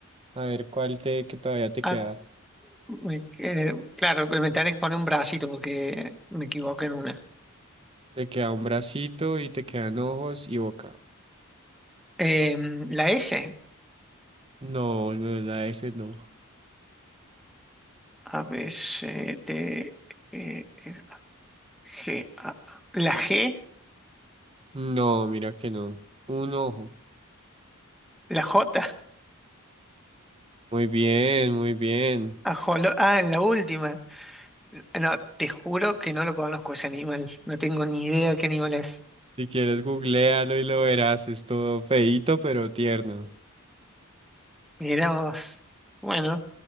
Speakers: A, on the right; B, in the centre.
A: A ver cuál te que todavía te
B: Ah,
A: queda.
B: me- eh, claro, me tenés que poner un bracito porque me equivoqué en una.
A: Te queda un bracito y te quedan ojos y boca.
B: Em, la S.
A: No, no es la S, no.
B: A, B, C, D, E, F, G, A. La G,
A: No, mira que no. Un ojo.
B: la J.
A: Muy bien, muy bien.
B: <laughs> ajolo- ah, en la última. No, te juro que no lo conozco ese animal. No tengo ni idea qué animal es.
A: Si quieres, googlealo y lo verás. Es todo feíto, pero tierno.
B: Mirá vos. Bueno,